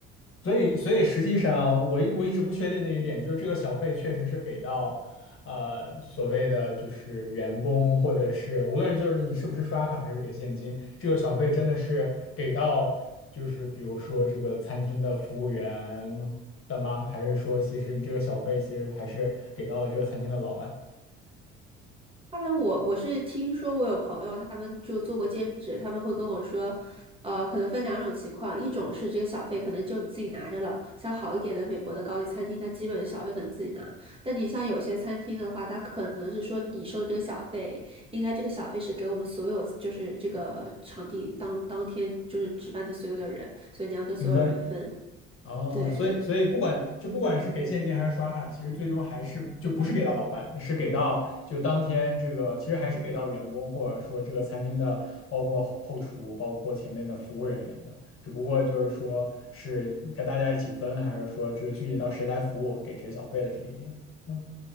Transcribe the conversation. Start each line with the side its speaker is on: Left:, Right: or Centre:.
Left: 所以，所以实际上我一我一直不确定的一点就是这个小费确实是给到，呃，所谓的就是员工或者是无论就是你是不是刷卡还是给现金，这个小费真的是给到就是比如说这个餐厅的服务员的吗？还是说其实你这个小费其实还是给到了这个餐厅的老板？
Right: 他们我我是听说我有朋友，他们就做过兼职，他们会跟我说，呃，可能分两种情况，一种是这个小费可能就你自己拿着了，像好一点的美国的高级餐厅，它基本小费可能自己拿，但你像有些餐厅的话，它可能是说你收的这个小费，应该这个小费是给我们所有就是这个场地当当天就是值班的所有的人，所以你要跟所有人分。
Left: 评分哦，
Right: 对对
Left: 所以所以不管就不管是给现金还是刷卡，其实最终还是就不是给到老板，是给到就当天这个，其实还是给到员工或者说这个餐厅的，包括后后厨，包括前面的服务人员的，只不过就是说是跟大家一起分，还是说这个具体到谁来服务，给谁小费的这一点。嗯，